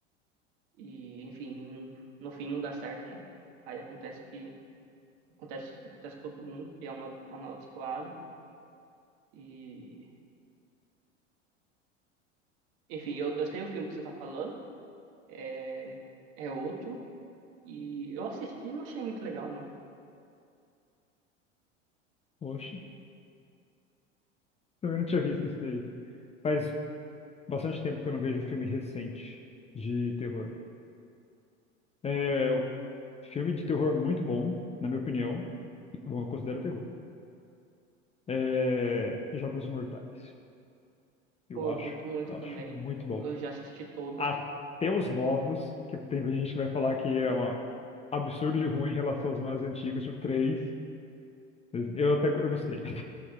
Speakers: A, on the right; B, on the left.
A: E, enfim, no fim não dá certo, né? Aí acontece que acontece, acontece com todo mundo que é uma amaldiçoado. E, enfim, eu, eu sei o filme que você tá falando, é, é outro. E eu assisti e não achei muito legal, não.
B: Oxe, também não tinha visto esse daí. Faz bastante tempo que eu não vejo filme recente de terror. É, o filme de terror muito bom, na minha opinião. Bom, eu considero terror. É, Jogos Mortais. Eu
A: Pô,
B: acho,
A: eu curto muito
B: acho
A: também.
B: muito bom.
A: Eu já assisti todos.
B: Até os novos, que tem gente que vai falar que é um absurdo de ruim em relação aos mais antigos, tipo 3. Eu até eu gostei.